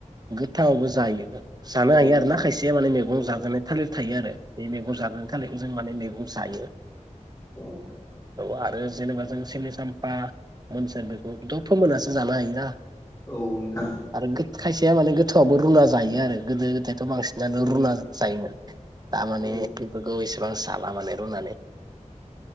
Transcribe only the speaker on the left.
औ
नोंथां
औ
औ
औ नोंथां
औ नोंथां
औ